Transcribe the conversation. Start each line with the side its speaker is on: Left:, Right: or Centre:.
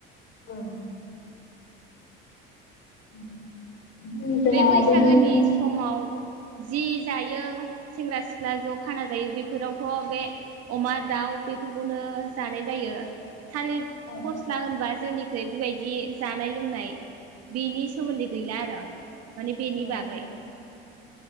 Left: औ। <unintelligible> जा
Right: बे बैसागोनि
Left: जोंनि ओनसोल
Right: समाव। जि जायो सेंग्रा-सिख्ला ज' खाना जायो बेफोरावथ' बे अमा, दाउ बेफोरखौनो जानाय जायो। थालिर
Left: औ
Right: फस्ला होनबा। गोदोनिख्रुइ बेबायदि जानाय-लोंनाय बेनि सोमोन्दै गैला आरो। माने बेनि
Left: औ
Right: बागै